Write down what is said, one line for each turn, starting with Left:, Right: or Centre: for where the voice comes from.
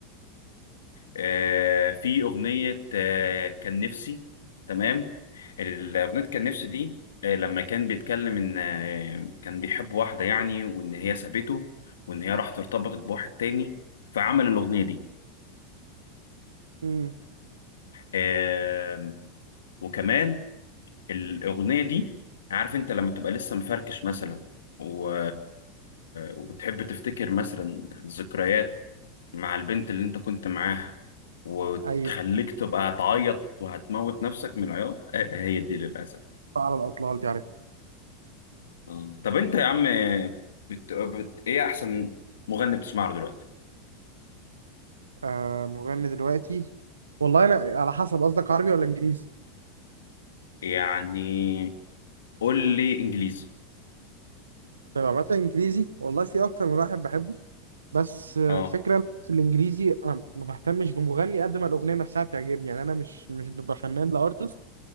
Left: آه في أغنية آه كان نفسي تمام الأغنية كان نفسي دي آه لما كان بيتكلم إن آه كان بيحب واحدة يعني وإن هي سابته وإن هي راحت ارتبطت بواحد تاني فعمل الأغنية دي
Right: مم.
Left: آه وكمان الأغنية دي عارف أنت لما تبقى لسه مفركش مثلا و... وبتحب تفتكر مثلا ذكريات مع البنت اللي أنت كنت معاها وتخليك
Right: ايوه
Left: تبقى هتعيط وهتموت نفسك من العياط <laughs> آه، هي دي للأسف
Right: على الاطلال دي عارف
Left: آه. طب أنت يا عم بت... بت... إيه أحسن مغني بتسمع له دلوقتي؟
Right: آه مغني دلوقتي والله انا على حسب قصدك عربي ولا انجليزي؟
Left: يعني قول لي إنجليزي
Right: طيب عامة انجليزي والله في اكتر من واحد بحبه بس آه،
Left: أه
Right: الفكرة إن في الانجليزي انا ما بهتمش بمغني قد ما الاغنية نفسها بتعجبني يعني انا مش مش ببقى فنان لارتست